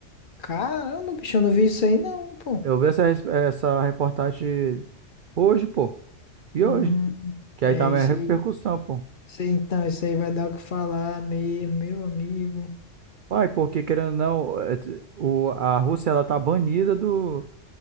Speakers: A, on the left; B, on the right.
A: Caramba, bicho, eu não vi isso aí não, pô.
B: Eu vi essa, res- essa reportagem hoje, pô, e
A: Hum,
B: hoje, que
A: é
B: aí tá a
A: isso
B: repercussão,
A: aí.
B: pô.
A: Isso aí, então, isso aí vai dar o que falar mesmo, meu amigo.
B: Uai, porque querendo ou não, é, t- o, a Rússia, ela tá banida do,